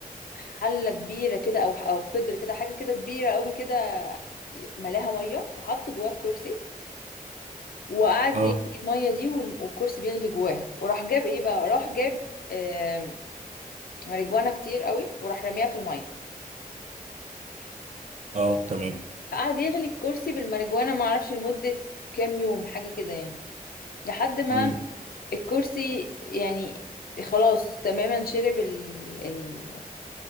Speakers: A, on the left; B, on the right.
A: حله كبيره كده او او قدر كده حاجه كده كبيره قوي كده ملاها ميه وحط جواه الكرسي وقعد
B: اه
A: يغلي الميه دي وال- والكرسي بيغلي جواها وراح جاب ايه بقى راح جاب آم، ماريجوانا كتير قوي وراح رميها في الميه
B: اه تمام
A: فقعد يغلي الكرسي بالماريجوانا معرفش لمدة كام يوم حاجة كده يعني لحد ما
B: امم
A: الكرسي يعني خلاص تماما شرب ال- ال-